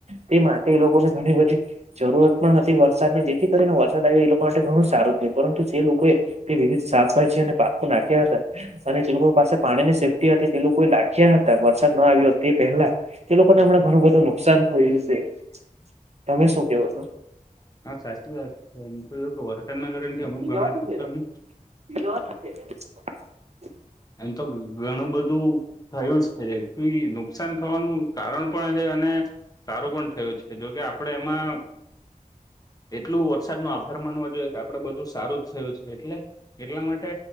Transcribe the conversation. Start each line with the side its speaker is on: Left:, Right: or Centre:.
Right: તે માટે એ લોકોને ઘણી બધી જરૂરત પણ હતી વરસાદની જેથી કરીને વરસાદ આવ્યો એ લોક માટે ઘણું સારું થય પરંતુ જે લોકોએ તે વિવિધ શાકભાજી અને પાકો નાખ્યા હતા અને જે લોકો પાસે પાણી ની સેફ્ટી હતી તે લોકો એ લાખ્યા હતા વરસાદ ના આવ્યો તે પહેલા તે લોકોને હમણા ઘણું બધું નુકસાન થયું છે. તમે શું કેવો છો?
Left: હા, સાચું વાત એમ તો વરસાદ ના કારણ થી અમુક
Right: છો
Left: ગણા પુષ્કર ને
Right: <unintelligible>
Left: એમ તો ઘણું બધું થયું જ છે જેથી નુકસાન થવાનું કારણ પણ છે અને સારું પણ થયું છે જોકે આપડે એમાં એટલું વરસાદ નો આભાર માનવ જોએ આપડે બધું સારું જ થયું છે. એટલે એટલા માટે